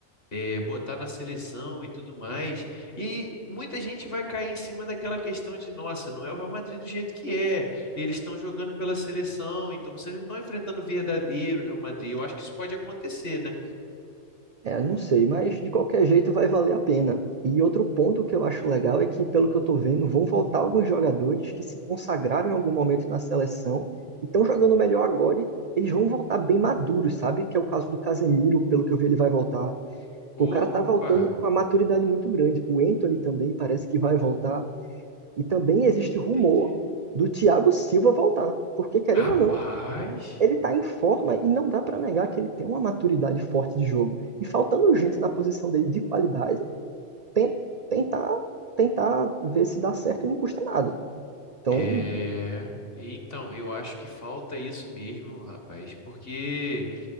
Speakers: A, on the left; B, on the right.
A: é, botar na seleção e tudo mais. E muita gente vai cair em cima daquela questão de, nossa, não é o Real Madrid do jeito que é. Eles estão jogando pela seleção, então vocês não estão enfrentando o verdadeiro Real Madrid. Eu acho que isso pode acontecer, né?
B: é, não sei, mas de qualquer jeito vai valer a pena. E outro ponto que eu acho legal é que, pelo que eu tô vendo, vão voltar alguns jogadores que se consagraram em algum momento na seleção e estão jogando melhor agora e eles vão voltar bem maduros, sabe? Que é o caso do Casemiro, pelo que eu vi, ele vai voltar. Pô, o
A: Opa,
B: cara tá voltando com a maturidade muito grande. O Anthony também parece que vai voltar. E também existe
A: entendi.
B: rumor do Thiago Silva voltar. Porque, querendo
A: Rapaz,
B: ou não, ele tá em forma e não dá pra negar que ele tem uma maturidade forte de jogo. E faltando gente na posição dele de qualidade, ten- tentar, tentar ver se dá certo não custa nada. Então,
A: é. Então, eu acho que falta isso mesmo, rapaz, porque